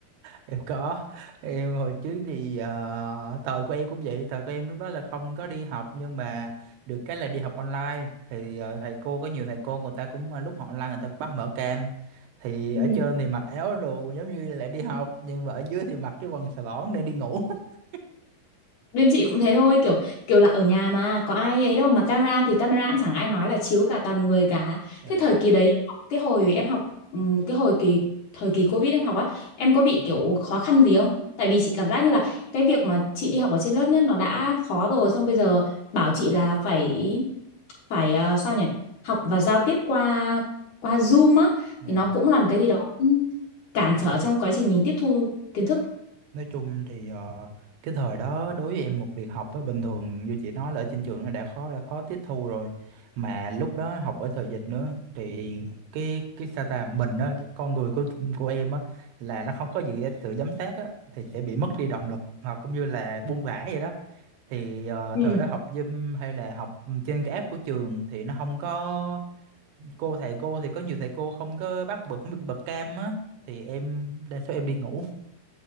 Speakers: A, on the right; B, on the left.
A: em có em hồi trước thì ờ, thời của em cũng vậy thời của em lúc đó là không có đi học nhưng mà được cái là đi học online thì ờ, thầy cô có nhiều thầy cô người ta cũng ờ, lúc họ online người ta cũng bắt mở cam thì
B: Ừ.
A: ở trên thì mặc áo đồ giống như là đi học nhưng mà ở dưới thì mặc cái quần xà lỏn để đi ngủ <laughs>
B: bên chị cũng thế thôi kiểu kiểu là ở nhà mà có ai ấy đâu mà camera thì camera cũng chẳng ai nói là chiếu cả toàn người cả
A: Dạ,
B: thế thời kỳ đấy cái hồi em học ừm, cái hồi kỳ thời kỳ Covid em học á em có bị kiểu khó khăn gì không tại vì chị cảm giác như là cái việc mà chị đi học ở trên lớp nhất nó đã khó rồi xong bây giờ bảo chị là phải phải ờ, sao nhỉ học và giao tiếp qua qua Zoom á
A: dạ.
B: thì nó cũng làm cái gì đó cản trở trong quá trình mình tiếp thu kiến thức
A: nói chung thì ờ, cái thời đó đối với em một việc học á bình thường như chị nói là ở trên trường nó đã khó đã khó tiếp thu rồi mà lúc đó học ở thời dịch nữa thì cái cái sao ta mình á cái con người của của em á là nó không có gì sự giám sát á thì sẽ bị mất đi động lực hoặc cũng như là buông thả vậy đó thì ờ,
B: Ừ.
A: thời đó học Zoom hay là học trên cái app của trường thì nó không có cô thầy cô thì có nhiều thầy cô không có bắt bật bật cam á thì em đa số em đi ngủ